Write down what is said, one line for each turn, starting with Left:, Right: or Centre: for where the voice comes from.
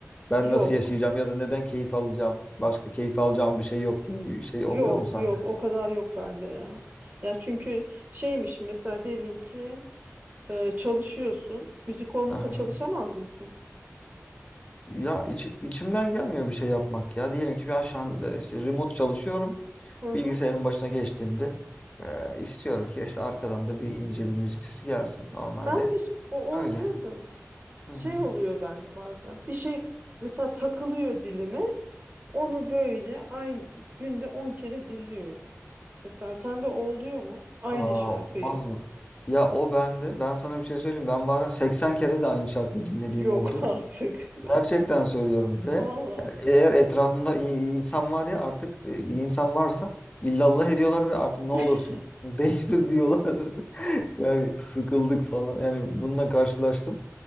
Left: ben
Right: Yok.
Left: nasıl yaşayacağım ya da neden keyif alacağım? Başka keyif alacağım bir şey yok gibi bir şey
Right: Yok
Left: oluyor mu sende?
Right: yok o kadar yok bende ya. Ya çünkü şeymiş mesela diyelim ki e, çalışıyorsun. Müzik olmasa
Left: Aha.
Right: çalışamaz mısın?
Left: Ya içi- içimden gelmiyor bir şey yapmak ya. Diyelim ki ben şu
Right: Allah
Left: anda
Right: Allah.
Left: işte remote çalışıyorum.
Right: Hı hı.
Left: Bilgisayarın başına geçtiğimde e, istiyorum ki işte arkadan da bir ince bir müzik sesi gelsin normalde.
Right: Ben de ş- o
Left: Öyle.
Right: olmuyor da
Left: Hı
Right: şey
Left: hı.
Right: oluyor bende bazen. Bir şey mesela takılıyor dilime. Onu böyle aynı günde 10 kere dinliyorum. Mesela sende oluyor mu? Aynı
Left: Aa,
Right: şarkıyı.
Left: olmaz mı? Ya o bende. Ben sana bir şey söyleyeyim. Ben bazen 80 kere de aynı şarkıyı dinlediğim
Right: Yok
Left: oldu.
Right: <laughs> artık.
Left: Gerçekten söylüyorum ve
Right: Valla.
Left: yani eğer etrafımda i- insan var ya artık e, bir insan varsa illallah ediyorlar ve artık ne
Right: <laughs>
Left: olursun <laughs> değiştir diyorlar. <laughs> Yani sıkıldık falan. Yani bununla karşılaştım.